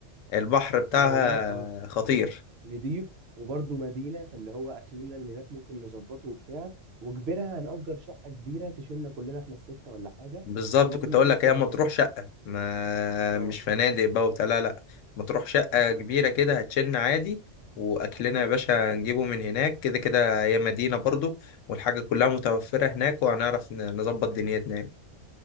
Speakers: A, on the left; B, on the right.
A: البحر بتاعها
B: فانا والله اه
A: خطير
B: نضيف وبرضه مدينه فاللي هو اكلنا من هناك ممكن نظبطه وبتاع وكبرها هنأجر شقه كبيره تشيلنا كلنا احنا السته ولا حاجه
A: بالظبط
B: ونبقى
A: كنت
B: كلنا
A: اقول
B: في
A: لك
B: نفس
A: هي
B: المكان
A: مطروح شقه ما
B: اه
A: مش فنادق بقى وبتاع لا لا مطروح شقه كبيره كده هتشن عادي واكلنا
B: اه
A: يا باشا نجيبه من هناك كده كده هي مدينه برضو والحاجه كلها متوفره هناك وهنعرف ن- نظبط دنيتنا يعني